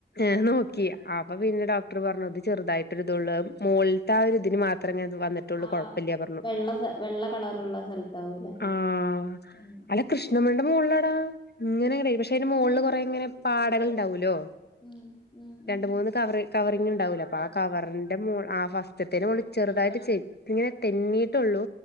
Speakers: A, on the left; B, on the left.
A: ഏഹ് നോക്കി അപ്പൊ പിന്നെ ഡോക്ടർ പറഞ്ഞത് ചെറുതായിട്ടിതുള്ളൂ മോളിലത്തെ ആ ഒരു ഇതിന് മാത് ത്രങ്ങേ ഇത് വന്നിട്ടള്ളൂ
B: ആ
A: കുഴപ്പില്ല പറഞ്ഞു.
B: വെള്ള വെള്ള കളറുള്ള സ്ഥലത്താവൂലേ
A: ആഹ്
B: ഉം
A: അല്ല കൃഷ്ണമണിന്റെ മോൾലാടാ ഇങ്ങനെ പക്ഷെ അതിന്റെ
B: ദൈവമേ
A: മോളില് കൊറെങ്ങനെ പാടകൾ ഉണ്ടാവൂല്ലോ
B: ഉം ഉം
A: രണ്ട്
B: ഉം
A: മൂന്ന് കവറി കവറിങ്ങിണ്ടാവൂലെ അപ്പ ആ കവറിന്റെ മോൾ ആ ഫസ് ത്തിന്റെമോള് ചെറുതായിട്ട് ചെ ഇങ്ങനെ തെന്നിയിട്ടുള്ളൂ